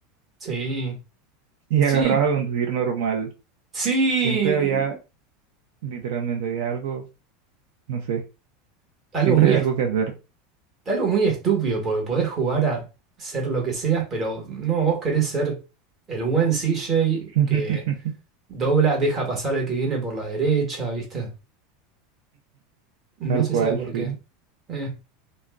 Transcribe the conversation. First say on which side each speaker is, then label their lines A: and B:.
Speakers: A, on the right (about 25°); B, on the right (about 70°).
A: sí,
B: <laughs> y
A: sí,
B: agarrabas a conducir normal.
A: sí.
B: Siempre había, literalmente, había algo, no sé,
A: Algo
B: siempre
A: muy,
B: hay
A: est-
B: algo que hacer.
A: algo muy estúpido, porque podés jugar a ser lo que seas, pero no, vos querés ser el buen CJ
B: <laughs>
A: que dobla, deja pasar al que viene por la derecha, ¿viste? No
B: Tal
A: se
B: cual,
A: sabe por
B: sí.
A: qué. eh.